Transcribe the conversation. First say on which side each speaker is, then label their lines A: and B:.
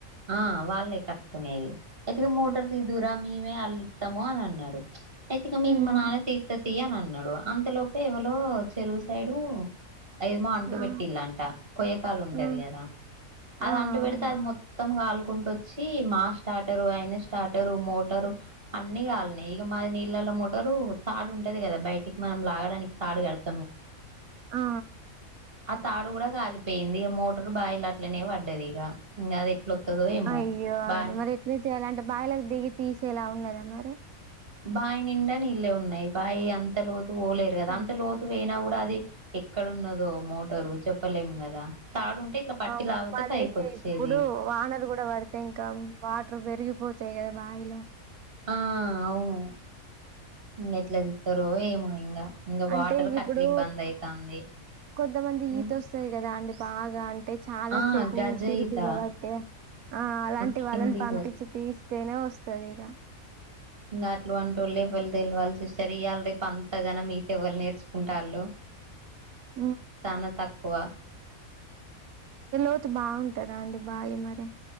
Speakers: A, on the right; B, on the right.
A: ఆ వాళ్లే కట్ కునేది అయితే ఇగా మోటార్
B: ఉమ్,
A: తీదువురా మేమే అల్లిత్తము అని అన్నారు అయితే ఇగా మీ
B: ఉమ్,
A: మా నాన్న తీత్త తియ్యి అని అన్నడు అంతలోపె ఎవలో చెరువు సైడు ఏమో అంటు
B: ఆ
A: పెట్టిలంట కొయ్యకాలు ఉంటది
B: ఆ
A: కదా అది
B: ఆ అవును
A: అంటు వెడితే అది మొత్తం కాలు కుంట వచ్చి మా స్టార్టరు అయిన స్టార్టర్ మోటరు అన్ని కాలిన్నాయి ఇక మాది నీళ్ల ల మోటారు తాడు ఉంటది కదా బయటికి మనం లాగడానికి తాడు కడత
B: ఆ
A: ఆ తాడు కూడా కాలిపోయింది ఇగ మోటర్ బాయిల అట్లనే పడ్డది ఇగ ఇంకా అది ఎట్లొత్తదో ఏమో
B: అయ్యో అండి
A: బాయ్
B: మరి ఎట్లా చేయాలి అంటే బాయిలకి దిగి తీసేలా ఉన్నదా మరి
A: బాయి నిండా నీళ్ళే ఉన్నాయి బాయి అంత లోతు పోలేరు కదా
B: హ్మ్.
A: అంత లోతు పోయినా కూడా అది ఎక్కడున్నదో మోటరు చెప్పలేము కదా తాడుంటే ఇట్లా పట్టి
B: అవును
A: లాగితే
B: మళ్ళీ
A: పైకి వచ్చేది
B: ఇప్పుడు వానలు కూడా పడితే ఇంకా వాటర్ పెరిగిపో తాయి కదా బాయిలో
A: ఆ అవును ఇంగా ఎట్లా తిత్తరో ఏమో ఇంగా ఇంగా
B: అంటే
A: వాటర్ కి
B: ఇప్పుడు
A: అట్ల ఇబ్బంది అయితాంది
B: కొంతమంది ఈత
A: ఉమ్,
B: వస్తది కదా అండి బాగా అంటే చాలా
A: ఆ
B: సేపు
A: గజ
B: ఊపిరి
A: ఈత
B: బిగబట్టే ఆ ఆ అలాంటి
A: కిందికి
B: వాళ్ళని పంపిచ్చి
A: వస్-
B: తీస్తేనే వస్తది ఇగ
A: ఇంగా అట్లావంటోళ్ళే ఎవల్ తెల్వాలి సి ఇయాల్ రేపు అంతగనం ఈత ఎవరు నేర్చుకుంటాళ్ళు
B: హ్మ్.
A: చానా తక్ క్కువ
B: లోతు బావుంటదా అండి బాయి మరి